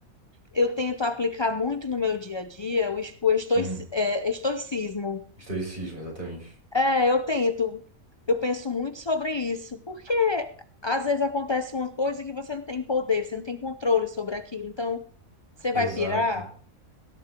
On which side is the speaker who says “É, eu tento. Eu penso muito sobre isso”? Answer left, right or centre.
Left